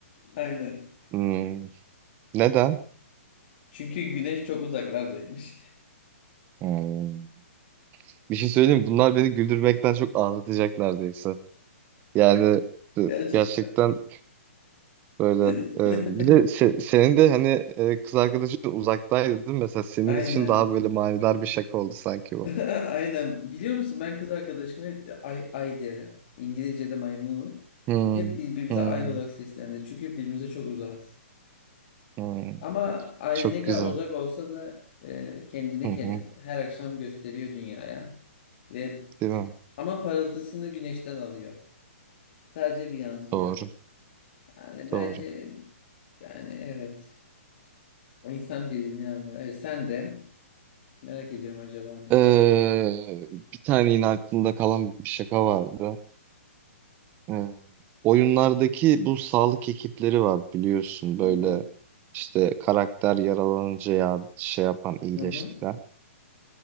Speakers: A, on the left; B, on the right.
A: Aynen.
B: Hmm, neden?
A: Çünkü güneş çok uzaklardaymış.
B: Hmm. Bir şey söyleyeyim mi? Bunlar beni güldürmekten çok ağlatacak neredeyse. Yani e,
A: <laughs> Gerçekten.
B: gerçekten Böyle.
A: <laughs>
B: e, bir de se- senin de hani e, kız arkadaşın uzaktaydı değil mi? Mesela senin
A: Aynen.
B: için daha böyle manidar bir şaka oldu sanki bu.
A: <laughs> Aynen. Biliyor musun ben kız arkadaşıma hep ay, ay derim. İngilizce'de my moon.
B: Hmm,
A: Hep birbirimize
B: hmm,
A: ay olarak sesleniriz. Çünkü birbirimize çok uzağız.
B: hmm.
A: Ama ay
B: Çok
A: ne kadar
B: güzel.
A: uzak olsa da e, kendini
B: Hı
A: kendi,
B: hı,
A: her akşam gösteriyor dünyaya. Ve
B: değil mi?
A: ama parıltısını güneşten alıyor. Sadece bir yansıyor.
B: Doğru,
A: Yani bence
B: doğru.
A: yani evet. İnsan birbirini anlar. Evet, sen de. Merak ediyorum acaba ne
B: Ee,
A: var?
B: bir tane yine aklımda kalan bir şaka vardı. Ee, oyunlardaki bu sağlık ekipleri var biliyorsun
A: Hı
B: böyle
A: hı.
B: işte karakter yaralanınca ya şey yapan iyileştiren.
A: Hı hı.